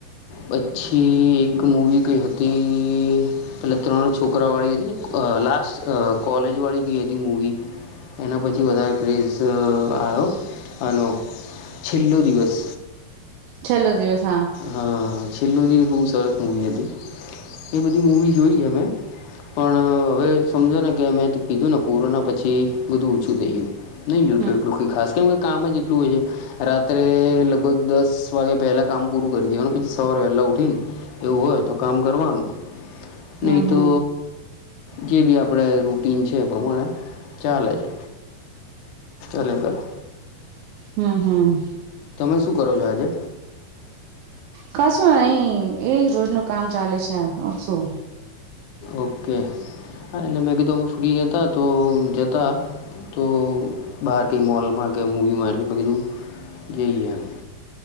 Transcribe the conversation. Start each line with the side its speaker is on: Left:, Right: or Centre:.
Left: પછી એક મૂવી કઈ હતી પેલા ત્રણ છોકરા વાળી હતી ને લાસ્ટ અહહ કોલેજ વાળી કઈ હતી મૂવી એના પછી વધારે ક્રેઝ આવ્યો અનેનો છેલ્લો દિવસ
Right: છેલ્લો દિવસ હા
Left: હા છેલ્લી દિવસ એ બહ સરસ મુવી હતી એ બધી મૂવી જોઈ અમે પણ હવે સમજો ને કે મેમે કીધું ને કોરોના પછી બધું ઓછું થઈયું ન ય
Right: હમ
Left: તો્યટ ખાસ કરી કામ જ એટલું હોય છે રાત્રે લગભગ દસ વાગે પહેલાં કામ પૂરું કરી દેવા પછી સવારે વહેલાં ઉઠીને એવું હોય તો કામ કરવાનું નહી
Right: હમ હમ
Left: તો જે બી આપણે રૂટન છે એ પ્રમાણે ચાલે છે ચલે ઘરો
Right: હમ હમ <inaudible>
Left: તમે શું કરો છો આજે
Right: કશું નહી એજ રોજનું કામ ચાલે છે શું.
Left: ઓકે હા એટલે મે એકદમ ફ્રી હતા તો જતા તો બહાર કંઈ મોલમાં કે મૂવીમાં એટલે મેં કીધું જે એમ